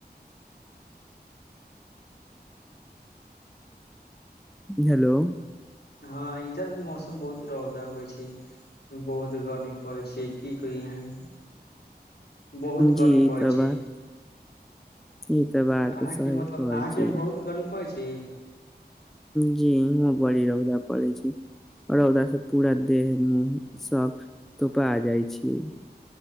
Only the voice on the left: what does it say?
<inaudible>
हँ इधर भी मौसम बहुत रौदा होेइ छै बहुत गर्मी पड़ै छै की कही। इहाँ बहुत
गर्मी
पड़ै
छै।
अहाँके
मतलब
अहाँके
बहुत गर्मी पड़ै छै।